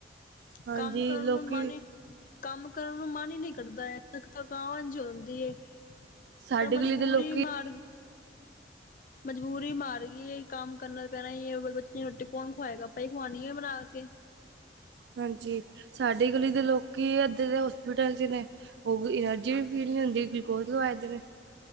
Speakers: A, on the right; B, on the left.
A: ਹਾਂਜੀ
B: ਕੰਮ ਕਰਨ
A: ਲੋਕੀ
B: ਨੂੰ ਮਨ ਈ ਕੰਮ ਕਰਨ ਨੂੰ ਮਨ ਈ ਨੀ ਕਰਦਾ ਐ ਥ ਥਕਾਵਨ ਜੀ ਹੁੰਦੀ ਏ
A: ਸਾਡੀ
B: ਪਰ ਮਜ਼ਬੂਰੀ
A: ਗਲੀ ਦੇ ਲੋਕੀ
B: ਮਾੜਗੀ, ਮਜ਼ਬੂਰੀ ਮਾਰਗੀ ਏ ਕੰਮ ਕਰਨਾ ਤੇ ਪੈਣਾ ਈ ਏ ਬ ਬੱਚੇ ਨੂੰ ਰੋਟੀ ਕੌਣ ਖੁਵਾਏਗਾ ਆਪਾਂ ਈ ਖਵਾਣੀ ਏ ਬਣਾ ਕੇ।
A: ਹਾਂਜੀ, ਸਾਡੀ ਗਲੀ ਦੇ ਲੋਕੀ ਅੱਧੇ ਤੇ ਹੋਸਪਿਟਲ ਚ ਨੇ। ਉਹ ਐਨਰਜੀ ਵੀ ਫੀਲ ਵੀ ਹੁੰਦੀ, ਕੋਈ ਕੁਛ ਹੋਦੇ ਨੇ,